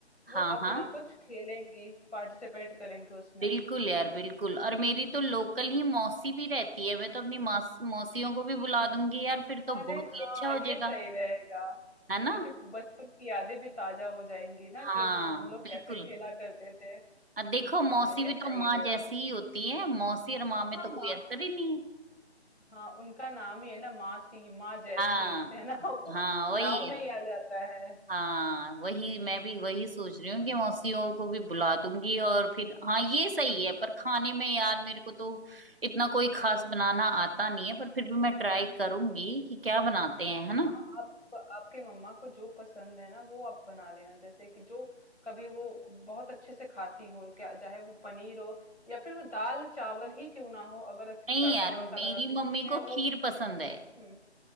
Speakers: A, on the left (about 85°); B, on the right (about 55°).
A: वो
B: हाँ
A: अपना
B: हाँ
A: कुछ खेलेंगी पार्टिसिपेट करेंगी उसमें
B: बिल्कुल यार बिल्कुल और मेरी तो लोकल ही मौसी भी रहती है मैं तो अपनी मौस, मौसियों को भी बुला दूंगी यार फिर तो
A: अरे
B: बहुत
A: हाँ
B: ही अच्छा हो
A: ये
B: जाएगा
A: सही रहेगा
B: है ना
A: उनके बचपन की यादें भी ताजा हो जाएंगी ना
B: हाँ
A: कि हाँ हम लोग
B: बिल्कुल
A: कैसे खेला करते थे
B: और देखो मौसी
A: हाँ ये
B: भी
A: सही
B: तो माँ
A: रहेगा
B: जैसी ही होती है मौसी और माँ में
A: हाँ
B: तो
A: माँ
B: कोई अंतर ही नहीं है
A: हाँ उनका नाम ही है ना मासी माँ जैसी
B: हाँ
A: है ना <laughs> वो
B: हाँ वही
A: नाम
B: है
A: में ही आ जाता है
B: हाँ वही मैं भी वही सोच रही हूँ कि मौसियों को भी बुला दूंगी और फिर हाँ ये सही है पर खाने में यार मेरे को तो इतना कोई खास बनाना आता नहीं है पर फिर भी मैं ट्राई करूंगी कि क्या बनाते हैं है ना
A: आप आपकी मम्मा को जो पसंद है ना वो आप बना लेना जैसे कि जो कभी वो बहुत अच्छे से खाती हो क्या चाहे वो पनीर हो या फिर वो दाल चावल ही क्यों ना हो अगर अच्छे
B: नहीं
A: से तड़का
B: यार
A: वड़का
B: मेरी
A: लगा के उन्हें
B: मम्मी को
A: वो
B: खीर पसंद है
A: हम्म,